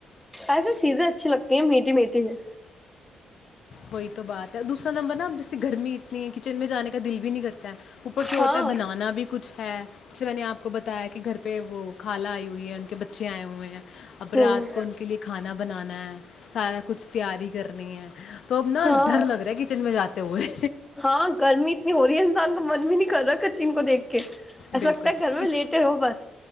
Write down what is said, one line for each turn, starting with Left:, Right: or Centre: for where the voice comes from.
Centre: ایسے چیزیں اچھی لگتی ہیں میٹھی میٹھی ہے
Left: ہوئی تو بعد دوسرا نمبر نا جیسے گرمی اتنی ہے کچن میں جانے کا دل بھی نہیں کرتا ہے اوپر سے ہوتا
Centre: ہاں
Left: ہے بنانا بھی کچھ ہے جیسے میں نے آپ کو بتایا کہ گھر پہ وہ کھالا آئی ہوئی ہے ان کے ب بچے آئے ہوئے ہیں اب
Centre: ہوں
Left: رات کو ان کے لیے کھانا بنانا ہے سارے کچھ تیاری کرنی ہے تو اب نا
Centre: ہاں
Left: ڈر لگ رہا ہے کچن میں جاتے ہوئے
Centre: ہاں گرمی اتنی ہو رہی ہے انسان کا من بھی نہیں کر رہا کو دیک ایسا
Left: بالکل
Centre: لگتا ہے گھر میں
Left: اس
Centre: لیٹ ہو بس